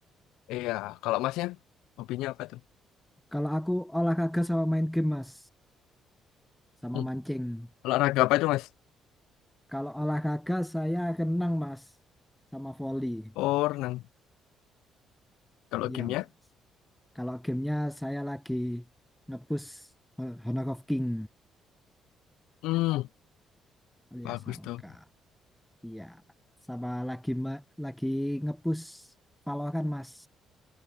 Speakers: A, on the left; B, in the centre.
A: Iya, kalau Masnya hobinya apa tuh?
B: Kalau aku olahraga sama main game Mas, sama
A: Hmm,
B: mancing.
A: olahraga apa itu, Mas?
B: Kalau olahraga saya renang Mas, sama volley.
A: Oh, renang. Kalau
B: Iya
A: gamenya?
B: Mas. Kalau gamenya saya lagi nge-push Honor of King
A: Hmm,
B: alias
A: bagus
B: Aoka.
A: tuh.
B: Iya, sama lagi ma- lagi ngepush Valorant Mas.